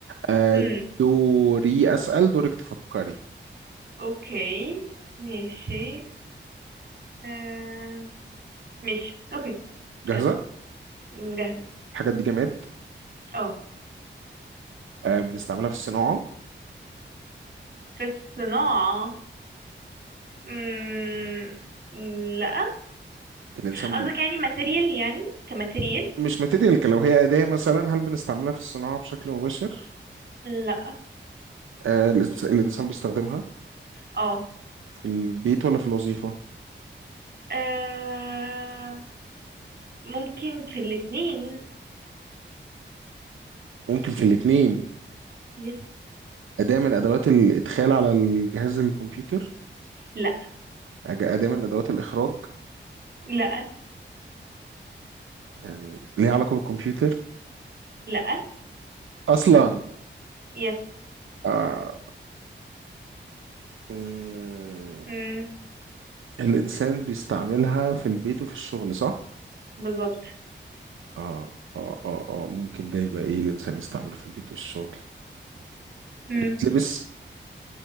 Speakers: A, on the right; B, on the right.
A: آه،
B: امم
A: دوري أسأل دورك تفكري
B: اوكي ماشي آه ماشي اوكي
A: جاهزة؟
B: جات جاهزة
A: الحاجات دي جماد
B: اه
A: آه، بنستعملها في الصناعة
B: في الصناعة مم... لا
A: الإنسان
B: قصدك
A: بي...
B: يعني ماتيريال يعني كماتيريال
A: مش ماتيريال لو هي أداة مثلا هل بنستعملها في الصناعة بشكل مباشر؟
B: لا
A: آه، الإنس- الإنسان بيستخدمها
B: اه
A: في البيت ولا في الوظيفة؟
B: آه، ممكن في الاتنين
A: ممكن في الاتنين
B: يس
A: أداة من أدوات الإدخال على الجهاز الكمبيوتر
B: لا
A: أج- أداة من أدوات الإخراج
B: لا
A: يعني ليها علاقة بالكمبيوتر
B: لا
A: أصلا
B: يس
A: آه، مم،
B: مم.
A: الإنسان بيستعملها في البيت وفي الشغل صح؟
B: بالظبط
A: اه اه اه اه ممكن ده يبقى ايه الانسان يستعمله في البيت والشغل
B: مم.
A: بتتلبس